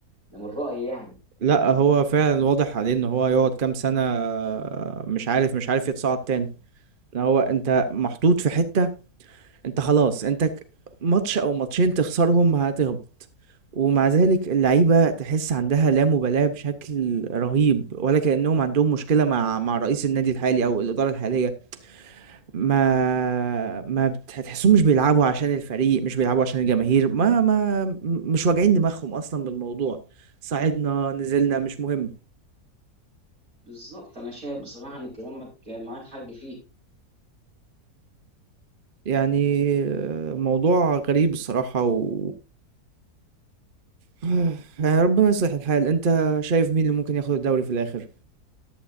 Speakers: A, on the right; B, on the right.
A: ده من رايي يعني
B: لا هو فعلا واضح عليه ان هو يقعد كام سنة مش عارف مش عارف يتصعد تاني إن هو انت محطوط في حتة انت خلاص انت ك- ماتش او ماتشين تخسرهم هتهبط ومع ذلك اللعيبة تحس عندها لا مبالاة بشكل رهيب ولا كأنهم عندهم مشكلة مع مع رئيس النادي الحالي او الإدارة الحالية ما ما بت- تحسهم مش بيلعبوا عشان الفريق مش بيلعبوا عشان الجماهير ما ما مش واجعين دماغهم اصلا بالموضوع صعدنا نزلنا مش مهم
A: بالظبط انا شايف بصراحه ان كلامك معاك حق فيه
B: يعني آه، موضوع غريب الصراحة و <sighs> يعني ربنا يصلح الحال انت شايف مين اللي ممكن ياخد الدوري في الآخر